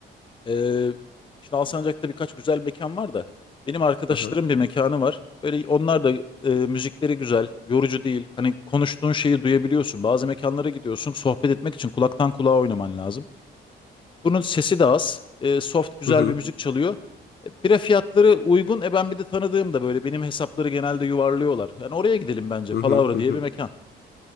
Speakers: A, on the left (about 25°); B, on the left (about 55°).
A: Ee, şimdi Alsancak'ta birkaç güzel mekan var da benim arkadaşlarım
B: Hı hı.
A: bir mekanı var. Böyle onlar da e, müzikleri güzel, yorucu değil. Hani konuştuğun şeyi duyabiliyorsun. Bazı mekanlara gidiyorsun, sohbet etmek için kulaktan kulağa oynaman lazım. Bunun sesi de az, e, soft güzel
B: Hı hı.
A: bir müzik çalıyor. E, bira fiyatları uygun. E ben bir de tanıdığım da böyle benim hesapları genelde yuvarlıyorlar. Yani oraya gidelim bence.
B: Hı
A: Palavra
B: hı. Hı
A: diye
B: hı.
A: bir mekan.